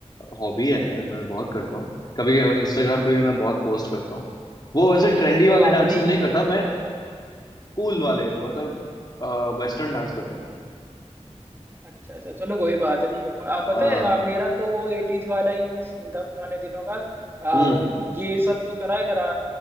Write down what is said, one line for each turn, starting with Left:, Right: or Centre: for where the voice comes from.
Left: हॉबी है यार मैं बहुत करता हूँ कभी इंस्टाग्राम पे
Right: चलो
Left: भी मैं बहुत पोस्ट करता हूँ वो वैसे ट्रेंडी
Right: कोई
Left: वाले
Right: बात
Left: डांसेस
Right: नहीं
Left: नहीं करता मैं कूल वाले मतलब वेस्टर्न डांस करता हूँ
Right: अच्छा अच्छा चलो कोई बात नहीं है आप पता
Left: हाँ
Right: है आ, मेरा तो वो एटीज वाला ही सीन था पुराने दिनों का आ,
Left: हम्म
Right: ये सब तो करा है करा